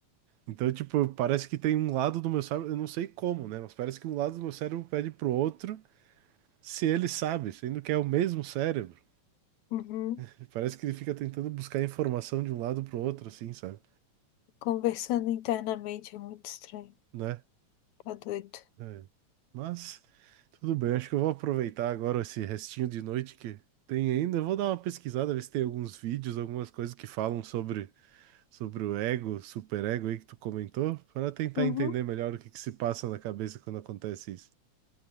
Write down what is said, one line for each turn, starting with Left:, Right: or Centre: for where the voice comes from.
Right: Então, tipo, parece que tem um lado do meu cérebro, eu não sei como, né? Mas parece que um lado do meu cérebro pede pro outro se ele sabe, sendo que é o mesmo cérebro.
Left: Uhum.
Right: <laughs> Parece que ele fica tentando buscar informação de um lado pro outro, assim, sabe?
Left: Conversando internamente é muito estranho.
Right: Né?
Left: Tá doido.
Right: É. Mas tudo bem, acho que eu vou aproveitar agora esse restinho de noite que tem ainda. Eu vou dar uma pesquisada, ver se tem alguns vídeos, algumas coisas que falam sobre, sobre o ego, superego aí que tu comentou, para tentar
Left: Uhum.
Right: entender melhor o que que se passa na cabeça quando acontece isso.